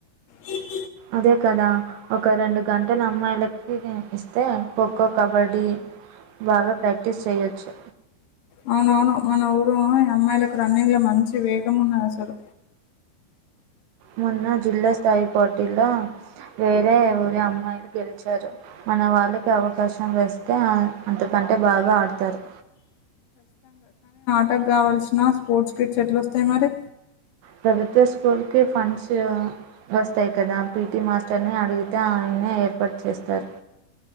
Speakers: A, on the left (about 75°); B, on the right (about 85°).
A: నరు
B: అదే కదా ఒక రెండు గంటలు అమ్మాయిలకి ఇస్తే ఖోఖో కబడ్డీ బాగ ప్రాక్టీస్ చెయొచ్చు
A: అవునవును మన ఊరు అమ్మాయిలకు రన్నింగ్ లో మంచి వేగం ఉన్నది అసలు
B: మొన్న జిల్లా స్థాయి పోటీల్లో వేరే ఊరిే అమ్మాయిలు గెలిచారు మన వాళ్ళకి అవకాశం వస్తే అంత కంటే బాగ ఆడతారు
A: అకు కావల్సిన స్పోర్ట్స్ కిట్స్ ఎట్ల వస్తాయి మరి
B: ప్రభుత్వ స్కూల్కి ఫండ్స్ వస్తాయి కదా పీటి మాస్టర్ ని అడిగితే ఆ ఏర్పాట్ చేస్తారు